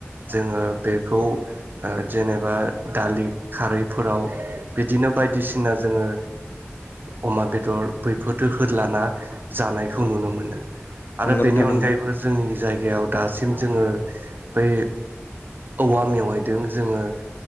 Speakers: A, on the right (about 45°); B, on the left (about 55°).
A: जोङो बेखौ जेनेबा दालि खारैफोराव बिदिनो। बायदिसिना जोङो अमा बेदर बैफोरफोरखौ होलाना जानाय खौ नुनो मोनो आरो
B: नंगौ
A: बेनि
B: नोंथां नंगौ
A: अनगायैबो जोंनि। जायगायाव दासिम जोङो बै औवा मेवायदों जोङो